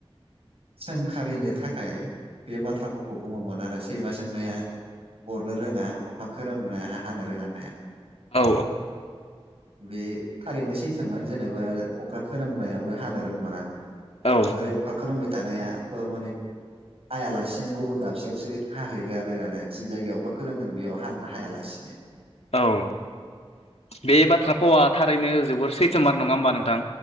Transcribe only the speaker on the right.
सोंखारिनो थाखाय बे बाथ्राफोरखौ बुङोमोन आरो सैमा सोंनाया अरनो रोङा, अखा खोरोमनाया हानो रोङा होननाया
बे थारैनो सैथो मार जेनेबा अखा खोरोमनायाबो हानो रोंमारा
बांद्राय अखा खोरोमबाय थानायाथ' माने हायालासिनो गुबुन दाबसेयावसो हाहैगारो आरो जि जायगायाव अखा खोरोमदों बेयाव हा-हायालासिनो